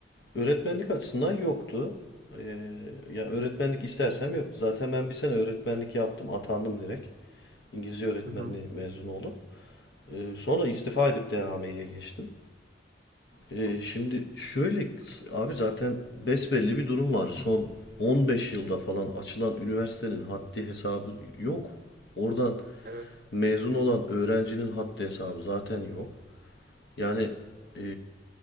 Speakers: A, on the left; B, on the right.
A: Öğretmenlik açısından yoktu. Ee, ya öğretmenlik istersem yoktu. Zaten ben bir sene öğretmenlik yaptım. Atandım direkt. İngilizce öğretmenliği
B: Hı hı.
A: mezunu olup. Ee, sonra istifa edip DHMİ'ye geçtim. Ee, şimdi şöyle abi zaten besbelli bir durum var. Son 15 yılda falan açılan üniversitenin haddi hesabı yok. Oradan
B: Evet.
A: mezun olan öğrencinin haddi hesabı zaten yok. Yani e,